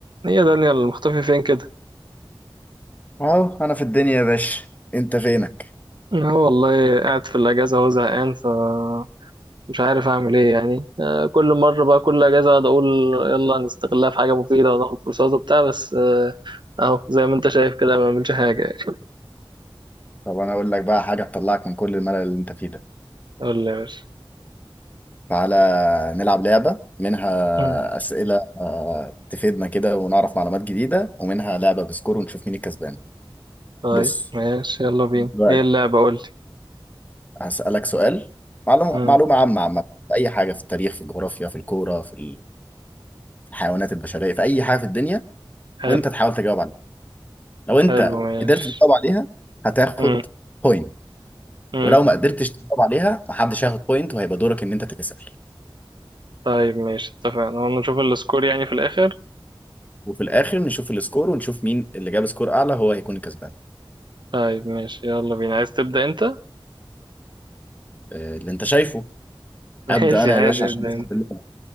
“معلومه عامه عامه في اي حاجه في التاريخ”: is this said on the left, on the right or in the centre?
Left